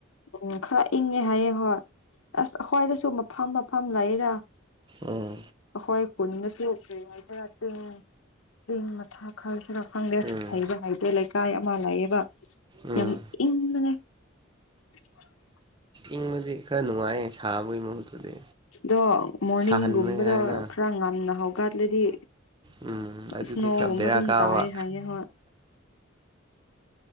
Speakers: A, on the left; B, on the right.
A: ꯎꯝ ꯈꯥꯔ ꯏꯪꯉꯦ ꯍꯥꯏꯌꯦ ꯍꯣꯏ ꯑꯁ ꯑꯩꯈ꯭ꯣꯏꯗꯁꯨ ꯃꯐꯝ ꯃꯐꯝ ꯂꯩꯌꯦꯗ
B: ꯎꯝ
A: ꯑꯈꯣꯏ ꯈꯨꯟꯗꯁꯨ ꯀꯔꯤ ꯍꯥꯏꯁꯤꯔ ꯆꯤꯡ ꯆꯤꯡ ꯃꯊꯥ ꯈꯥꯔ ꯈꯥꯔ ꯈꯪꯗꯦ
B: ꯎꯝ
A: ꯍꯩꯕ ꯇꯩꯕ ꯂꯩꯀꯥꯏ ꯑꯃ ꯂꯩꯑꯦꯕ
B: ꯎꯝ
A: ꯌꯥꯝ ꯏꯪꯕꯅꯦ <inaudible>
B: ꯏꯪꯕꯗꯤ ꯈꯥꯔ ꯅꯨꯡꯉꯥꯏꯌꯦ ꯁꯥꯕꯒꯤ ꯃꯍꯨꯠꯇꯨꯗꯤ
A: ꯑꯗꯣ ꯃꯣꯔꯅꯤꯡꯒꯨꯝꯕꯗ
B: ꯁꯥꯍꯟꯕ ꯍꯥꯏꯅ
A: ꯈꯥꯔ ꯉꯟꯅ ꯍꯧ ꯒꯠꯂꯗꯤ
B: ꯎꯝ ꯑꯗꯨꯗꯤ
A: ꯁ꯭ꯅꯣꯒꯨꯝꯕ
B: ꯈꯔ ꯕꯦꯔꯥ
A: ꯑꯗꯨꯝ
B: ꯀꯥꯕ
A: ꯇꯥꯏ ꯍꯥꯏꯌꯦ ꯍꯣꯏ